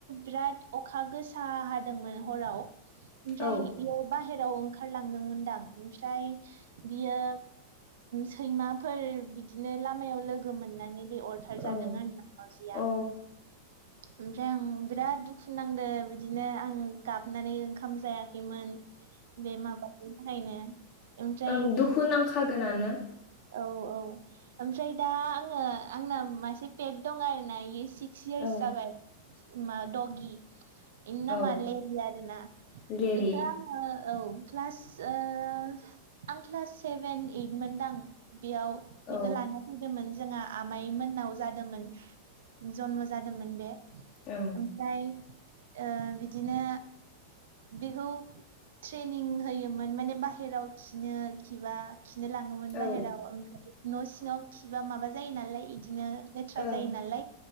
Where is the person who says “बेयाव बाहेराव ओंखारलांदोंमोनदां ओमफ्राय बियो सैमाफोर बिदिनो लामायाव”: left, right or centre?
Right